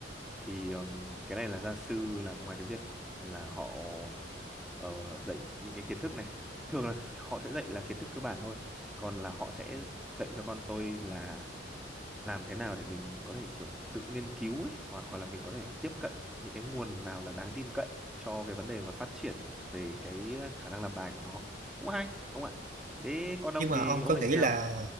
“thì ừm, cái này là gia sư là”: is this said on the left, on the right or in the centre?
Centre